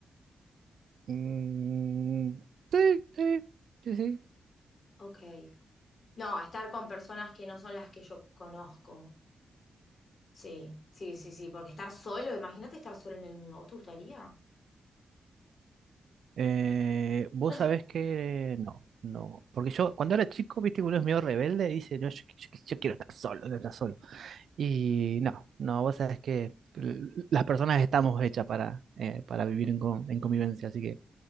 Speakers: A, on the right; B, on the left.
A: Mm, sí, sí, sí, sí,
B: Ok. No, estar con personas que no son las que yo conozco. Sí, sí, sí, sí. Porque estar solo, imagínate estar solo en el mundo. ¿Vos te gustaría?
A: Eh, vos
B: <laughs>
A: sabés que no, no. Porque yo, cuando era chico, viste que uno es medio rebelde y dice, no, yo, yo- yo quiero estar solo, quiero estar solo. Y no, no, vos sabés que l- las personas estamos hechas para, eh, para vivir en, con- en convivencia, así que